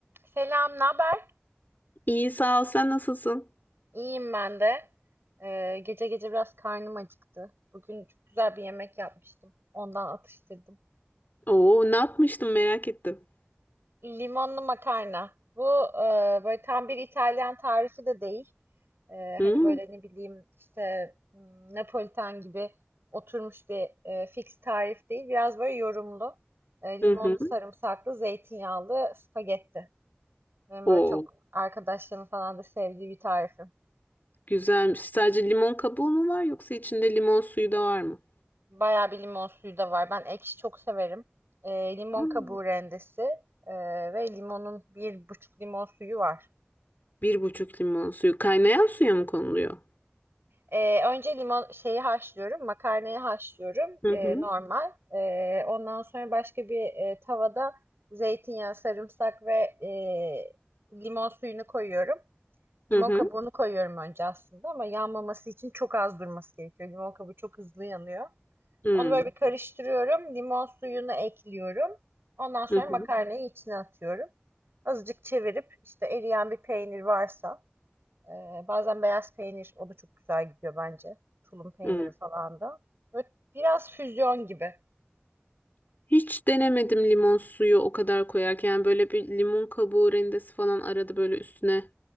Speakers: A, on the right; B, on the left.
A: Selam, ne haber?
B: İyi sağ ol. Sen nasılsın?
A: İyiyim ben de. Ee, gece gece biraz karnım acıktı. Bugün çok güzel bir yemek yapmıştım. Ondan atıştırdım.
B: Oo, ne yapmıştım merak ettim.
A: Limonlu makarna. Bu e, böyle tam bir İtalyan tarifi de değil. Ee,
B: Hmm,
A: hani böyle ne bileyim işte m, Napolitan gibi oturmuş bir e, fix tarif değil. Biraz böyle yorumlu. E, limonlu,
B: Hı hı.
A: sarımsaklı, zeytinyağlı spagetti. Benim
B: Oo,
A: böyle çok arkadaşlarım falan da sevdiği bir tarifim.
B: güzelmiş. Sadece limon kabuğu mu var yoksa içinde limon suyu da var mı?
A: Bayağı bir limon suyu da var. Ben ekşi çok severim. Ee, limon
B: Aa,
A: kabuğu rendesi ee, ve limonun bir buçuk limon suyu var.
B: Bir buçuk limon suyu. Kaynayan suya mı konuluyor?
A: Ee, önce limon şeyi haşlıyorum, makarnayı haşlıyorum
B: Hı
A: ee,
B: hı.
A: normal. Ee, ondan sonra başka bir e, tavada zeytinyağı, sarımsak ve e, limon suyunu koyuyorum.
B: Hı
A: Limon
B: hı.
A: kabuğunu koyuyorum önce aslında ama yanmaması için çok az durması gerekiyor. Limon kabuğu çok hızlı yanıyor.
B: Hmm,
A: Onu böyle bir karıştırıyorum. Limon suyunu ekliyorum. Ondan sonra
B: Hı
A: makarnayı
B: hı.
A: içine atıyorum. Azıcık çevirip işte eriyen bir peynir varsa e, bazen beyaz peynir o da çok güzel gidiyor bence. Tulum peyniri
B: Hı.
A: falan da. Böyle biraz füzyon gibi.
B: Hiç denemedim limon suyu o kadar koyarken. Yani böyle bir limon kabuğu rendesi falan arada böyle üstüne